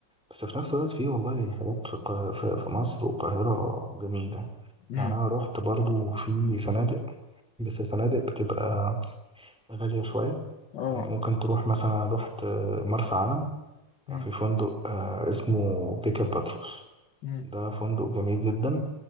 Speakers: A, in the centre; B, on the left (about 70°).
A: بس في نفس الوقت فيه والله حاجات في القا- في في مصر والقاهره جميله
B: امم
A: يعني انا رحت برضو في فنادق بس الفنادق بتبقى غالية شوية
B: اه
A: يعني ممكن تروح مثلا أنا رحت آه، مرسى علم كان
B: امم
A: في فندق آه، اسمه بيكر باتروس
B: امم
A: ده فندق جميل جدا